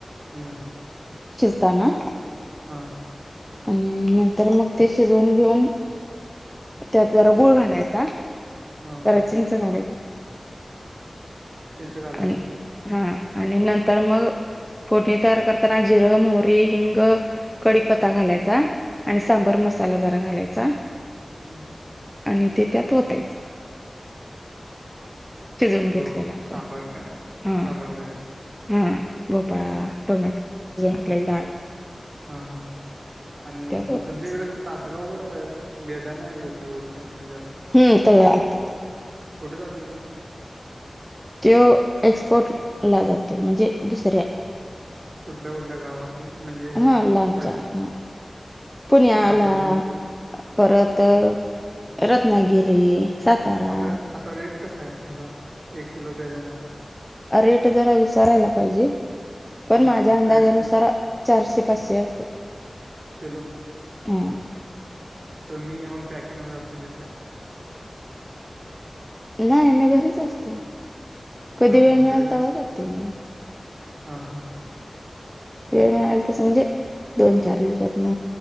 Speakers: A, on the right (about 60°); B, in the centre.
A: हम्म
B: शिजताना
A: हा.
B: आणि नंतर मग ते शिजउन घेऊन त्यात जरा गुळ घालायचा.
A: हा
B: जरा चिंच घालाय
A: चिंच घालायची
B: आणि
A: काय
B: हा आणि नंतर मग फोडणी तयार करताना जिरं, मोहरी, हिंग कडीपत्ता
A: हा
B: घालायचा आणि सांबर मसाला जरा घालायचा.
A: हम्म.
B: आणि ते त्यात वतायच. शिजउन घेतलेलं
A: ब
B: आपण.
A: सांबर काय
B: हा
A: सांबर तयार होते.
B: हा ब पळा टोमॅटो, अजुन काय डाळ.
A: हा हा आणि
B: ओतायचं
A: तुमच्याइकड कसं तासगावक बेदाण हे हुतय ओ उत्पन्न जास्त
B: हम्म तयार होतात.
A: कुठ जातोय त्यो?
B: त्यो एक्सपोर्ट ला जातोय म्हणजे दुसऱ्या
A: कुटल्या कुटल्या गावातनी म्हणजे हे
B: हा लांबच्या
A: राज्य
B: हा पुण्याला
A: राज्यात
B: परत अ रत्नागिरी सातारा
A: आता रे आता रेट कसाय हेजा एक किलो बेदाण्याचा
B: अ रेट जरा विचारायला पाइजे पण
A: हा
B: माज्या अंदाजानुसार
A: तरी पण
B: चारशे, पाचशे असेल.
A: किलो
B: हा
A: तुमी पॅकिंगला जाताय तित?
B: न्हाय मी घरीच असते, कदी
A: हा
B: वेळ
A: हा
B: मिळल
A: घरीच
B: तवा
A: असतो
B: जाते मी.
A: हा, हा!
B: वेळ मिळाल तसं, म्हणजे दोन चार दिवसातन.